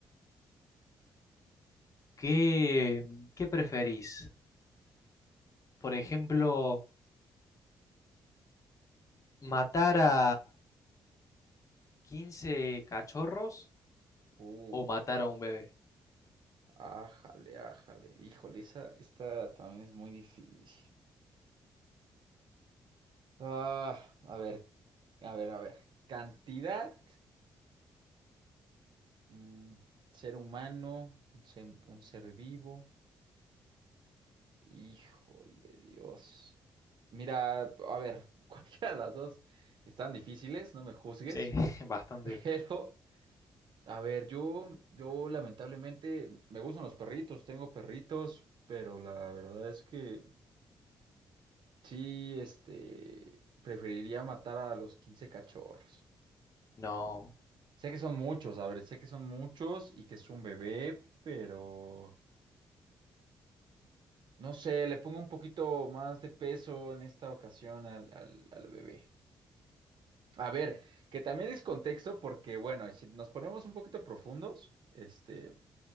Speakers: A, on the left (about 35°); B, on the right (about 55°).
A: ¿qué, qué preferís? Por ejemplo, ¿matar a 15 cachorros
B: Uh,
A: o matar a un bebé?
B: ájale, ájale. Híjole, esa, esta también es muy difícil. Ah, a ver, a ver, a ver. Cantidad. Mm, ser humano, un ser, un ser vivo. Híjole, Dios. Mira, a ver, <laughs> cualquiera de las dos están difíciles, no me juzgues,
A: Sí, <laughs> bastante.
B: <laughs> pero a ver, yo, yo lamentablemente me gustan los perritos, tengo perritos, pero la verdad es que sí, este, preferiría matar a los 15 cachorros.
A: No.
B: Sé que son muchos, a ver, sé que son muchos y que es un bebé, pero... No sé, le pongo un poquito más de peso en esta ocasión al, al- al bebé. A ver, que también es contexto porque, bueno, si nos ponemos un poquito profundos, este,